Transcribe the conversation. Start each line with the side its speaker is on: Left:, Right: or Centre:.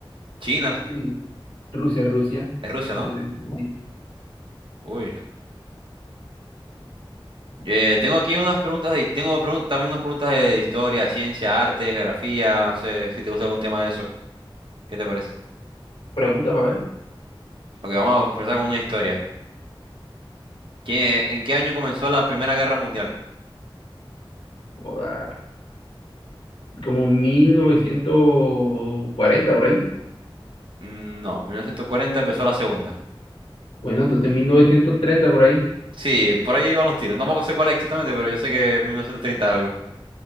Right: China,
Left: Sí, Rusia, Rusia,
Right: es Rusia,
Left: excelente,
Right: ¿no?
Left: sí.
Right: Uy. Eh, tengo aquí unas preguntas, de- tengo pregun- también unas preguntas de historia, ciencia, arte, geografía, no sé si te gusta algún tema de eso. ¿Qué te parece?
Left: Pregunta para ver.
Right: Ok, vamos a empezar con una historia. ¿Qué- en qué año comenzó la Primera Guerra Mundial?
Left: Joda, Como 1940 por ahí.
Right: Mm, No, 1940 empezó la Segunda.
Left: Bueno, entonces 1930 por ahí.
Right: Sí, por ahí van los tiros. No sé cuál es exactamente, pero yo sé que es 1930 algo.